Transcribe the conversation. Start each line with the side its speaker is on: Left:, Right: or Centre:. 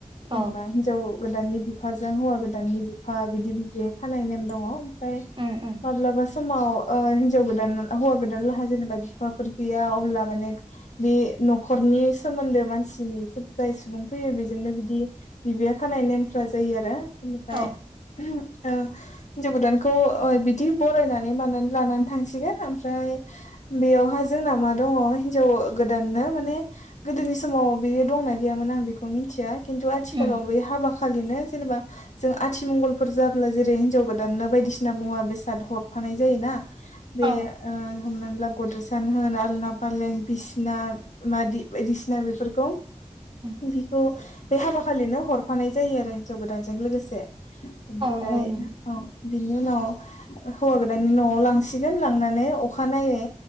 Right: औ
Left: जेनेबा हिनजाव गोदाननि बि। फाजों हौवा गोदाननि बिफा बिदि बिबि खानाय नेम दङ। फाय
Right: उम उम
Left: माब्लाबा समाव। ओ हिन्जाव गोदान हौवा गोदान लाहा जेनेबा फिफाफोर गैया अब्ला माने। बि न'खरनि सोमोन्दो मानसिनि जाय सुबुं फैयो बेजोंनो बिदि बिबि। बे खानाय नेमफ्रा जायो आरो बेनिफाय
Right: औ
Left: औ। हिनजाव गोदानखौ ओ बिदि बरायनानै मानानै लानानै थांसिगोन ओमफ्राय बे। बेयावहा जोंना मा दङ हिन। जौ गोदाननो माने गोदोनि समाव बियो दंना गैयामोन आं बेखौ मिथिया। खिन्थु आथिखालाव
Right: उम
Left: बे हाबा खालिनो। जेनेबा जों आथिमंगलफोर जाब्ला जेरै हिनजाव गोदाननो बायदिसिना मुवा बेसाद हरफानाय जाय ना। बे
Right: औ
Left: ओ हमनानै गद्रेसानो होन आलना फालें। बिसिना मादि बायदिसिना बेफोरखौ।
Right: उम
Left: बिखौ बे हाबा खालिनो हरफानाय जायो आरो हिनजाव गोदानजों लोगोसे। बेनिफ्राय
Right: औ उम
Left: औ। बिनि उनाव हो हौवा गोदाननि न'आव लांसिगोन लांनानै अखानायै